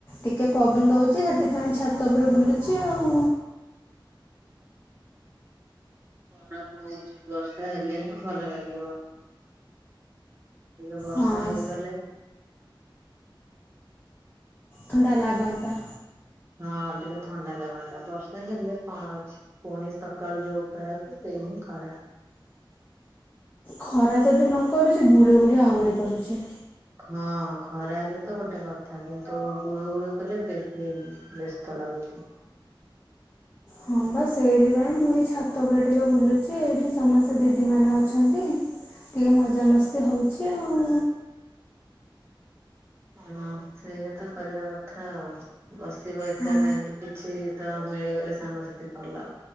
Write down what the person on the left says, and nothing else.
ଟିକେ ପବନ ଦଉଚି ସେଥିପାଇଁ ଛାତ ଉପରେ ବୁଲୁଚି ଆଉ।
ହଁ।
ଥଣ୍ଡା ଲାଗନ୍ତା।
ଖରା ଯଦି ନ କରୁଛି ଗୁଳୁ ଗୁଲିଆ ଆହୁରି କରୁଛି।
ହଁ ବା ସେଇଥିପାଇଁ ମୁଁ ଏଇ ଛାତ ଉପରେ ଟିକେ ବୁଲୁଛି ଏଇଠି ସମସ୍ତେ ସେ ଦିଦିମାନେ ଅଛନ୍ତି ଟିକେ ମଜାମସ୍ତି ହେଉଛି ଆଉ।
ହଁ।